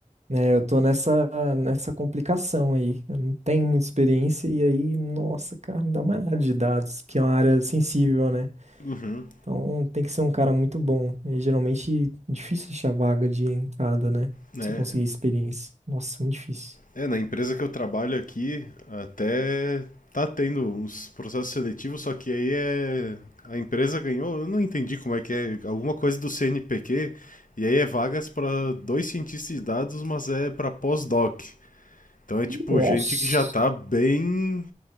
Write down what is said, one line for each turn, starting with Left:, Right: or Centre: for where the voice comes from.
Right: É, eu tô nessa, nessa complicação aí. Eu não tenho muita experiência e aí, nossa, cara, não dá mais nada de dados, que é uma área sensível, né?
Left: Uhum.
Right: Então tem que ser um cara muito bom. E geralmente difícil achar vaga de entrada, né? Pra
Left: né?
Right: você conseguir experiência. Nossa, muito difícil.
Left: É, na empresa que eu trabalho aqui, até tá tendo uns processos seletivos, só que aí é. A empresa ganhou, eu não entendi como é que é, alguma coisa do CNPq, e aí é vagas para dois cientistas de dados, mas é para pós-doc. Então é tipo
Right: Nossa,
Left: gente que já tá bem